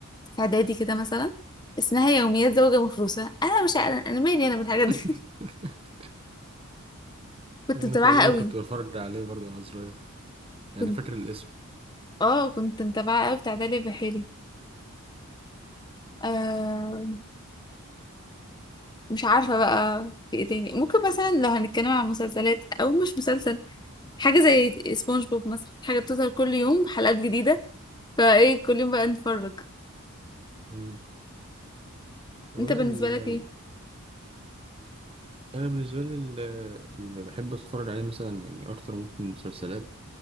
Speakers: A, on the left; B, on the right.
A: في اعدادي كده مثلا اسمها يوميات زوجة مفروسة انا مش عارفة انا مالي انا بالحاجات
B: <laughs>
A: دي <laughs> كنت
B: انا
A: متابعها
B: تقريبا
A: قوي
B: كنت بتفرج عليه برضو وانا صغير يعني
A: كنت
B: فاكر الاسم
A: اه كنت متابعها قوي بتاع داليا بحيري آه مش عارفة بقى في ايه تاني ممكن مثلا لو هنتكلم عن مسلسلات او مش مسلسل حاجة زي سبونج بوب مثلا حاجة بتظهر كل يوم حلقات جديدة فايه كل يوم بقى نتفرج
B: مم. هو
A: انت
B: لا
A: بالنسبة
B: ال...
A: لك
B: يعني
A: ايه
B: انا بالنسبه لي ال- اللي بحب اتفرج عليه مثلا يعني اكتر ممكن مسلسلات